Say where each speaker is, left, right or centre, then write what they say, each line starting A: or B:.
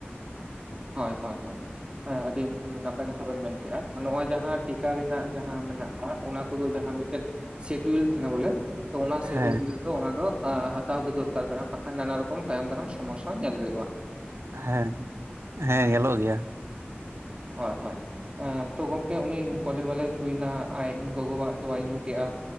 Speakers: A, on the right; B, on the right.
A: ᱦᱚᱭ ᱦᱚᱭ ᱦᱚᱭ, ᱦᱮᱸ ᱟᱹᱰᱤ ᱱᱟᱯ ᱯᱟᱭ ᱠᱟᱛᱷᱟ ᱵᱮᱱ ᱢᱮᱱ ᱠᱮᱜ-ᱟ, ᱢᱟᱱᱮ ᱱᱚᱜ-ᱚᱭ ᱡᱟᱦᱟᱸ ᱴᱤᱠᱟ ᱨᱮᱱᱟᱜ ᱡᱟᱦᱟᱸ ᱢᱮᱱᱟᱜ ᱠᱟᱫ ᱚᱱᱟ ᱠᱚᱫᱚ ᱡᱟᱦᱟᱸ ᱢᱤᱫᱴᱮᱱ ᱥᱤᱰᱤᱭᱩᱞ ᱛᱟᱦᱮᱱᱟ ᱵᱚᱞᱮ, ᱛᱚ ᱚᱱᱟ ᱥᱤᱰᱤᱭᱩᱞ
B: ᱦᱮᱸ
A: ᱨᱮᱫᱚ ᱚᱱᱟ ᱫᱚ ᱟᱸᱻ ᱦᱟᱛᱟᱣ ᱜᱮ ᱫᱚᱨᱠᱟᱨ ᱠᱟᱱᱟ ᱵᱟᱠᱷᱟᱱ ᱱᱟᱱᱟ ᱨᱚᱠᱚᱢ ᱛᱟᱭᱚᱢ ᱫᱟᱨᱟᱢ ᱥᱚᱢᱚᱥᱥᱟ ᱧᱮᱞ ᱫᱟᱲᱮᱣᱟᱜ-ᱟ᱾
B: ᱦᱮᱸ, ᱦᱮᱸ ᱧᱮᱞᱚᱜ ᱜᱮᱭᱟ᱾
A: ᱦᱚᱭ ᱦᱚᱭ᱾ ᱮᱸ, ᱛᱚ ᱜᱚᱝᱠᱮ ᱩᱱᱤ ᱠᱚᱞᱮ ᱵᱟᱞᱮᱭ ᱦᱩᱭᱱᱟ ᱟᱡ ᱜᱚᱜᱚᱣᱟᱜ ᱛᱚᱣᱟᱭ ᱧᱩ ᱠᱮᱜ-ᱟ᱾